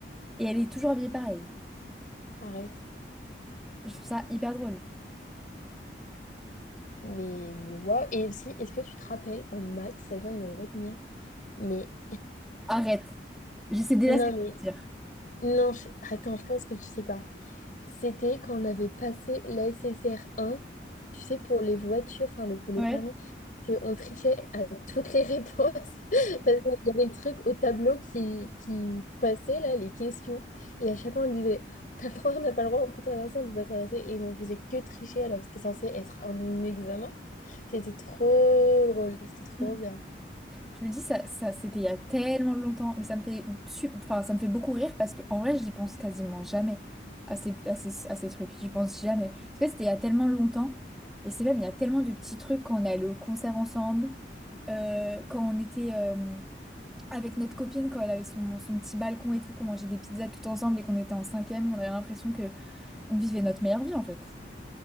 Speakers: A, in the centre; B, on the left.
A: et elle est toujours habillée pareil.
B: arrête.
A: Je trouve ça hyper drôle.
B: Mais, mais waouh. Et aussi, est-ce que tu te rappelles en maths, ça vient de me retenir, mais
A: Arrête. Je sais déjà
B: non,
A: ce que tu
B: mais
A: vas dire.
B: non, je- attends, je pense que tu sais pas. C'était quand on avait passé la SSR1, tu sais, pour les voitures, enfin le, pour le
A: Ouais.
B: permis, que on trichait à toutes les réponses <laughs> parce qu'il y avait le truc au tableau qui, qui passait, là, les questions. Et à chaque fois, on disait, on a le droit, on n'a pas le droit, on peut traverser, on peut pas traverser. Et on faisait que tricher alors que c'était censé être un examen. C'était trop drôle, c'était trop
A: Mm.
B: bien.
A: Je me dis, ça, ça c'était il y a tellement longtemps, mais ça me fait, su- enfin, ça me fait beaucoup rire parce qu'en vrai, j'y pense quasiment jamais à ces, à ces, à ces trucs. J'y pense jamais. Parce que c'était il y a tellement longtemps. Et c'est même, il y a tellement de petits trucs quand on est allé au concert ensemble, euh, quand on était euh, avec notre copine, quand elle avait son, son petit balcon et tout, qu'on mangeait des pizzas tout ensemble et qu'on était en cinquième, on avait l'impression que on vivait notre meilleure vie en fait.